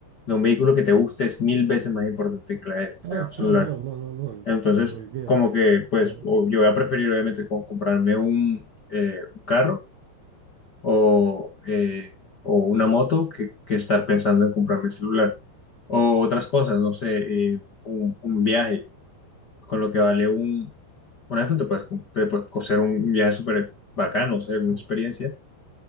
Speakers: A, on the left (about 60°); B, on the right (about 85°).
A: de un vehículo que te guste es mil veces más importante que la de,
B: Ah,
A: la de
B: sí,
A: un celular.
B: no, no, no, no. ol-
A: Entonces,
B: Olvídate.
A: como que, pues,
B: Ya.
A: o- yo voy a preferir obviamente como comprarme un, eh, un carro o, eh, o una moto que, que estar pensando en comprarme el celular. O otras cosas, no sé, eh, un, un viaje, con lo que vale un, un iPhone, te puedes, com- te puedes coser un viaje súper bacano, o sea, una
B: no.
A: experiencia.